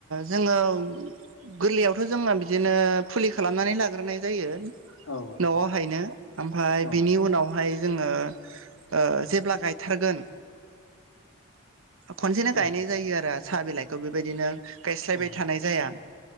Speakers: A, on the right; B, on the left.
A: जोङो गोरलैयावथ' जोङो बिदिनो फुलि खालामनानै लाग्रोनाय जायो।
B: औ
A: न'आवहायनो ओमफ्राय
B: औ
A: बिनि उनावहाय जोङो ओ जेब्ला गायथारगोन खनसेनो
B: औ
A: गायनाय जायो आरो साहा बिलाइखौ बेबायदिनो गायस्लायबाय
B: औ
A: थानाय जाया।